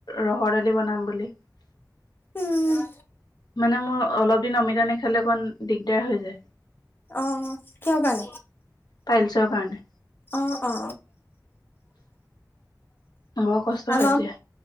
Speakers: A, on the left; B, on the left.
A: ৰহৰ দালি বনাম বুলি
B: উম
A: মানে মোৰ অলপ দিন অমিতা নেখালে অকণ দিগদাৰ হৈ যায়
B: আহ কিয় ভাল
A: পাইলছৰ কাৰণে
B: অ অ
A: বৰ কষ্ট
B: আ
A: হয় তেতিয়া